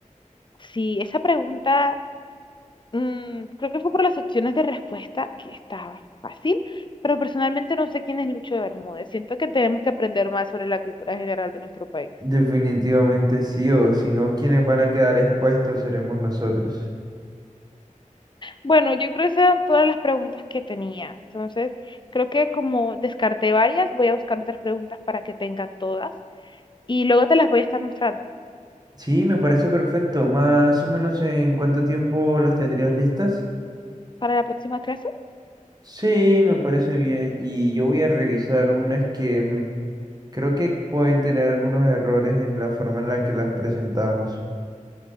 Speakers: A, on the left; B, on the right.
A: si esa pregunta Mm, creo que fue por las opciones de respuesta que estaba fácil, pero personalmente no sé quién es Lucho de Bermúdez. Siento que tenemos que aprender más sobre la cultura general de nuestro país.
B: Definitivamente sí, o si no, quienes van a quedar expuestos seremos nosotros.
A: Bueno, yo creo que esas eran todas las preguntas que tenía. Entonces, creo que como descarté varias, voy a buscar otras preguntas para que tenga todas y luego te las voy a estar mostrando.
B: Sí, me parece perfecto. Más o menos en cuánto tiempo las tendrías listas.
A: ¿Para la próxima clase?
B: Sí, me parece bien. Y yo voy a revisar unas que mm, creo que pueden tener algunos errores en la forma en la que las presentamos.